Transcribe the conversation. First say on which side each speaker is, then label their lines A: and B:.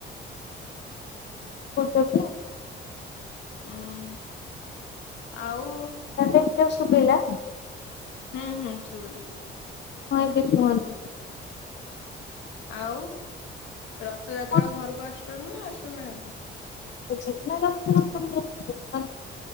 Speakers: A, on the left (about 60°); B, on the left (about 85°).
A: ହେଉଯଦି ଆ
B: ଉଁ ଆଉ
A: ଏବେ ଶୁବିଲା?
B: ହୁଁ-ହୁଁ ଶୁବିଲା।
A: ହଁ ଏବେ କୁହନ୍ତୁ।
B: ଆଉ ରଥଯାତ୍ରାକୁ
A: କଣ
B: ଘରୁକୁ ଆସୁଛନ୍ତି ନା ଆସୁନାହାନ୍ତି?
A: ଯିବି ନା ରଥଯାତ୍ରା ରେ